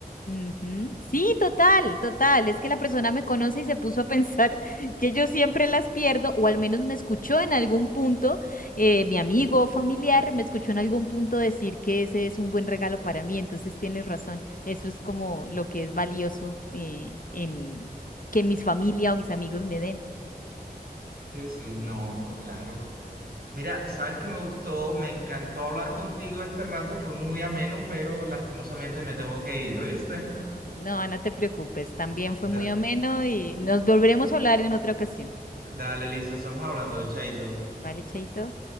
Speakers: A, on the left (about 55°); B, on the right (about 70°).
A: Ujú. Sí, total, total. Es que la persona me conoce y se puso a pensar <laughs> que yo siempre las pierdo, o al menos me escuchó en algún punto, eh, mi amigo o familiar me escuchó en algún punto decir que ese es un buen regalo para mí. Entonces tienes razón. Eso es como lo que es valioso eh, en que mis familia o mis amigos me den.
B: Sí, sí, no, claro. Mira, sabes que me gustó, me encantó hablar contigo este rato, fue muy ameno, pero lastimosamente me tengo que ir, ¿oíste?
A: Ah, no, no te preocupes. También
B: Da-
A: fue muy ameno y nos volveremos a hablar en otra ocasión.
B: dale, Lisa, estamos hablando, chaito.
A: ¿Vale, Chaito?